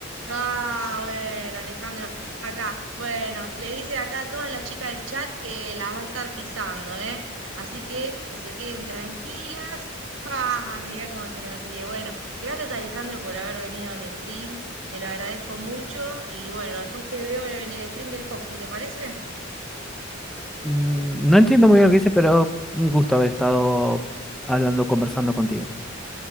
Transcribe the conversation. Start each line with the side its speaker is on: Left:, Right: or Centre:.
Right: Ah, bueno, Alejandro, acá, bueno, le dice acá a todas las chicas del chat que las va a estar pisando, ¿eh? Así que que se queden tranquilas. <laughs> Ah, mirá cómo se nos ríe. Bueno, gracias Alejandro por haber venido a mi stream, te lo agradezco mucho y bueno, después te veo en el stream del Coscu, ¿te parece?
Centre: Mm, No entiendo muy bien lo que dice, pero un gusto haber estado hablando, conversando contigo.